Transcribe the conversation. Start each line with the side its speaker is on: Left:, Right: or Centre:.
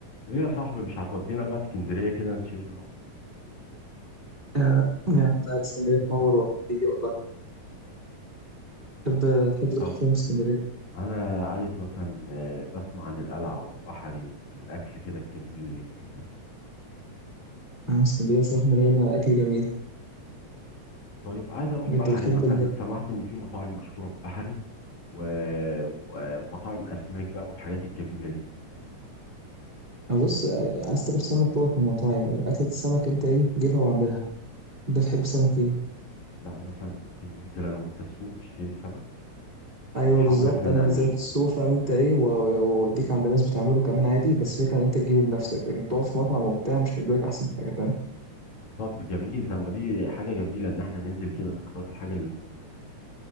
Left: ليه يا صاحبي مش هتودينا بقى اسكندرية كده نشم اهو
Right: آه، يعني تعالى اسكندرية تنور والله تيجي والله تحب تحب تروح
Left: طب
Right: فين في اسكندرية؟
Left: انا عايز مثلا آه، بسمع عن القلعة وبحري والاكل كده الجميل اللي هناك ده
Right: آه، اسكندرية صراحة مليانة أكل جميل
Left: طيب عايز اروح
Right: أنت
Left: بحري
Right: بتحب
Left: مثلا
Right: ال...
Left: سمعت ان في مطاعم مشهورة ببحري و... و- ومطاعم اسماك بقى والحاجات الجميلة دي
Right: آه، بص آه، عايز تاكل سمك فوق في المطاعم أكلة السمك أنت إيه جيبها واعملها أنت بتحب السمك إيه؟
Left: لا مثلا ممكن ننزل انا وانت السوق نشتري سمك
Right: أيوه
Left: ونحاول
Right: بالظبط
Left: احنا
Right: أنا
Left: نعمله
Right: زيك السوق فاهم أنت إيه و- وأوديك عند ناس بتعمله كمان عادي بس فكرة إن أنت تجيبه بنفسك لكن تقعد في مطعم وبتاع مش هيدولك أحسن حاجة فاهم؟
Left: طب جميل ده ما دي حاجة جميلة ان احنا ننزل كده نختار الحاجة اللي احنا نعملها